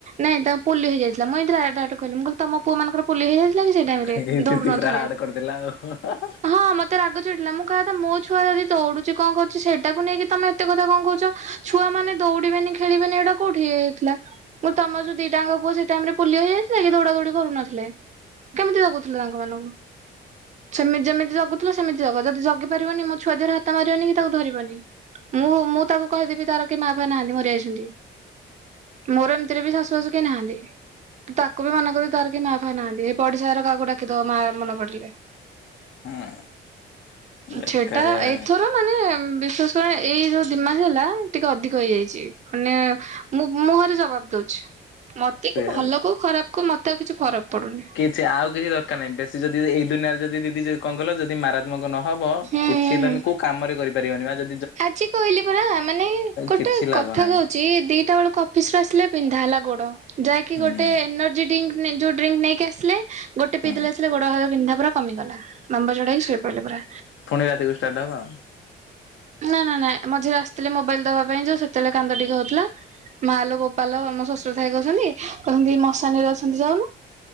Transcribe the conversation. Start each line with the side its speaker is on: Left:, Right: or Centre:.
Right: ନାଇଁ ତା ପୋଲିଓ ହେଇଯାଇଥିଲା ମୁଇ ଏତି କହିଲି ମୁଁ କିଲି ତମ ପୁଅ ମାନଙ୍କରୋଲିଓ ହେଇଯାଇଥିଲା। ସେଇ ଟାଇମରେ
Left: ଏଇ
Right: ଦଉନଥିଲେ
Left: ଦିଦି ପୁରା ହାର୍ଡ କରିଦେଲା ଆଉ
Right: ହଁ ମତେ ରାଗ ଚିଡିଲା ମୁଁ କହିବା କଥା ମୋ ଛୁଆ ଯଦି ଦୌଡୁଛି କଣ କହୁଛି ସେଇଟାକୁ ନେଇକି ତମେ ଏତେ କଥା କଣ କହୁଛ ଛୁଆ ମାନେ ଦୌଡିବେନି ଖେଳିବେନି ଏଇଟା କୋଉଠି ହେଇଥିଲା ମୁଁ ତମ ଯୋଉ ଦିଇ ସେଇ ଟାଇମରେ ପୋଲିଓହୋଇଯାଇଥିଲା କି ଦୌଡା ଦୌଡି କରୁନଥିଲେ। କେମିତି ଲାଗଉଥିଲ ତାଙ୍କ ମାନଙ୍କୁ। ସେମ ଯେମିତି ଜଗୁଥିଲା ସେମିତି ଜ ଯଦି ଜଗି ପାରିବନି ମୋ ଛୁଆ ଦେହରେ ହାତ ମାରିବନି କି ତାକୁ ଧରିବନି ମୁଁ ମୁଁ ତାକୁ କହିଦେବି ତାର କେହି ମା ଫା ନାହାନ୍ତି ମରି ଯାଇଛନ୍ତି। ମୋର ଏମିତିରେ ବି ଶା କେହି ନାହାନ୍ତି ତାକୁ ବି ମନା କରିବି ତାର କେହି ମା ଫା ନାହାନ୍ତି ପଡିଶା ଘର କାହାକୁ ଡାକିଦବା ମାଆ ମନେ ପଡ଼ିଲେ।
Left: ହଁ ବେକାରିଆ
Right: ସେଟା ଏଇଥର ମାନେ ବିଶେଷ କଣ ଏଇ ଯେଉଁ ଦୁଇ ମାସ ହେଲା ଟିକେ ଅଧିକ ହେଇଯାଇଛି। ମାନେ ମୁଁ ମୁଁ ଘରେ ଜ ଜବାବ ଦଉଛି। ମତେ
Left: ସେଇଆ
Right: କି ଭଲ କୋଉ ଖରାପ କଉ ମତେ ତା କିଛି ଫରକ ପଡୁନି।
Left: କିଛି ଆଉ। କିଛି ଦରକାରହିଁ ବେଶୀ ଯଦି ଏ ଦୁିରେଦି ଦିଦି ଯି କଣ କଲ ଯଦି ମାରାତ୍ମକ ନ ହବ
Right: ହୁଁ।
Left: କିଛି ତମେ କୋଉ କାମରେ କର। ପିବନି ବା ଯି
Right: ଆଜି କହିଲି ପରା ମାନେ ଗୋଟେ
Left: କିଛି ଲାଭ
Right: କଥା
Left: ନାହିଁ
Right: କହୁଛି ଦିଟା ବେଳକୁ ଅଫିସ ରୁ ଆସିଲେ ପିନ୍ଧା ହେଲା ଗୋଡ ଯାହାକି
Left: ହୁଁ
Right: ଗୋଟେ ଏନର୍ଜି ଡ୍ରିଙ୍କ। ଯୋଉ ଡ୍ରିଙ୍କ ନେଇକି ଆସିଲେ। ଗୋଟ
Left: ହୁଁ
Right: ପିଇଲେ ଆସ ଗଡ ହାତ ପିନ୍ଧାର। କମଗ ଲମ୍ର ଚଢେଇକି ଶୋଇ ପଡ଼ିଲେ ପା
Left: ପୁଣି ରାତିକୁ ଷ୍ଟାର୍ଟ ହବା ଆଉ।
Right: ନା ନା ନାଁ ମଝିରେ ଆସିଥିଲେ ମୋବାଇଲ ଦବା ପାଇଁ ଯୋଉ ସେତେବେଳେ କାନ୍ଦ ଟିକେ ହଉ। <unintelligible> ମାଲୋ ବୋପାଲ ଆମ ଶଶୁର କହୁଛନ୍ତି କ ମଶାନୀରେ ଅଛନ୍ତି ଯାଉନୁ